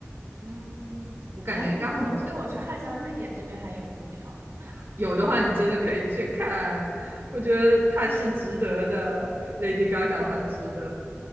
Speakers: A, on the right (about 75°); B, on the right (about 55°).
A: 嗯，
B: 我感觉应该会很震撼。
A: 哎，那我那我去看一下瑞典这边还有没有票。
B: 有的话，你真的可以去看，我觉得他是值得的，Lady Gaga
A: 好的。
B: 他值得。